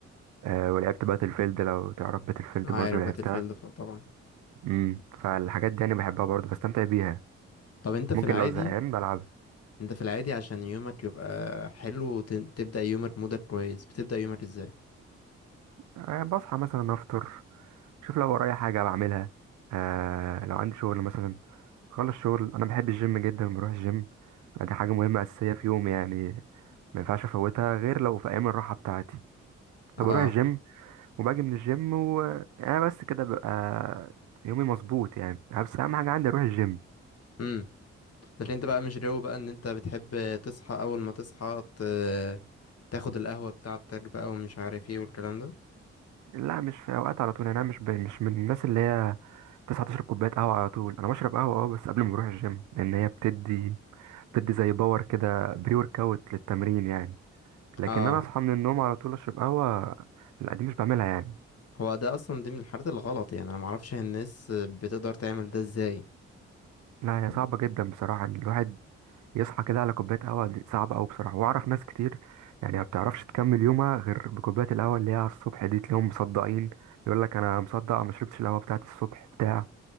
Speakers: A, on the right (about 80°); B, on the left (about 55°).
A: ولعبت باتل فيلد لو تعرف باتل فيلد
B: عارف
A: برضه لعبتها
B: باتل فيلد طبعا
A: امم فالحاجات دي انا بحبها برضه بستمتع بيها
B: طب انت
A: ممكن
B: في العادي
A: لو زهقان بلعبها
B: انت في العادي عشان يومك يبقى حلو وتن- تبدأ يومك مودك كويس بتبدأ يومك ازاي
A: أه بصحى مثلا افطر شوف لو ورايا حاجه بعملها أه لو عندي شغل مثلا خلص شغل انا بحب الجيم جدا بروح الجيم دي حاجه مهمه اساسيه في يومي يعني ما ينفعش افوتها غير لو في ايام الراحه بتاعتي فبروح
B: اه
A: الجيم وباجي من الجيم وانا بس كده ببقى يومي مظبوط يعني بس اهم حاجه عندي اروح الجيم
B: امم لكن انت بقى مش جو بقى ان انت بتحب تصحى اول ما تصحى ت... تاخد القهوة بتاعتك بقى ومش عارف ايه والكلام ده
A: لا مش في اوقات على طول يعني انا مش ب... مش من الناس اللي هي تصحى تشرب كوباية قهوة على طول أنا بشرب قهوة أه بس قبل ما بروح الجيم لأن هي بتدي بتدي زي باور كده بري ورك أوت للتمرين يعني لكن
B: اه
A: أنا أصحى من النوم على طول أشرب قهوة لا دي مش بعملها يعني
B: هو ده اصلا دي من الحاجات الغلط يعني انا معرفش هي الناس بتقدر تعمل ده ازاي
A: لا هي
B: يعني
A: صعبة جدا بصراحة إن الواحد يصحى كده على كوباية قهوة دي صعبة أوي بصراحة وأعرف ناس كتير يعني ما بتعرفش تكمل يومها غير بكوباية القهوة اللي هي على الصبح دي تلاقيهم مصدقين يقول لك أنا مصدق ما شربتش القهوة بتاعتي الصبح بتاع